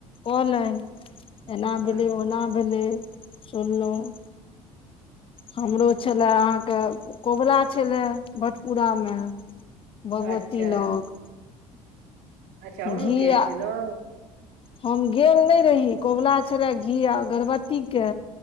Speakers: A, on the left; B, on the right.
A: कलनि एना
B: भा
A: भेलले ओना भेलले सुललहु हमरो छलय अहाँके कोबला छलय बटपुरामे भगवती
B: अच्छा
A: लग
B: अच्छा हमहुू
A: घी
B: गेल
A: आ
B: छ तऽ
A: हम गेल नहि रहि कमला छलै घी आ गर्भवतीके